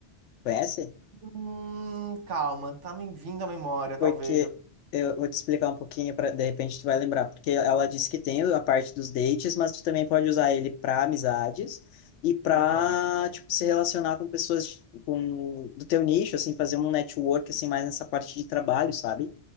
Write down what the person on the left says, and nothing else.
Conhece?
Porque
eu vou te explicar um pouquinho para de repente tu vai lembrar, porque ela disse que tem a parte dos dates, mas tu também pode usar ele para amizades e para
tipo se relacionar com pessoas com do teu nicho, assim, fazer um network assim mais nessa parte de trabalho, sabe?